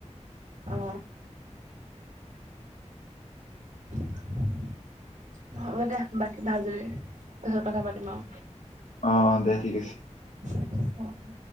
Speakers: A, on the right (about 85°); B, on the left (about 80°).
A: অ। <inaudible> হ'ব দে বাকী ভাল যদি, পিছত কথা পাতিম আৰু
B: অ', দে ঠিক আছে।
A: উম।